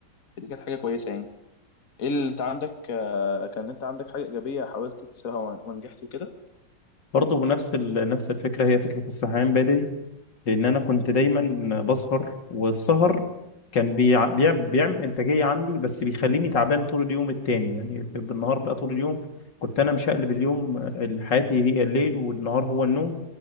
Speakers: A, on the left; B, on the left.
A: دي كانت حاجه كويسه يعني ايه اللي انت عندك آه، كان انت عندك حاجه ايجابيه حاولت تكسرها و- ونجحت وكده
B: برضه نفس ال... نفس الفكرة هي فكرة الصحيان بدري لان انا كنت دايما بسهر والسهر كان بيع... بيع... بيعمل انتاجيه عندي بس بيخليني تعبان طول اليوم التاني يعني في- بالنهار بقى طول اليوم كنت انا مشقلب اليوم آه، حياتي هي الليل والنهار هو النوم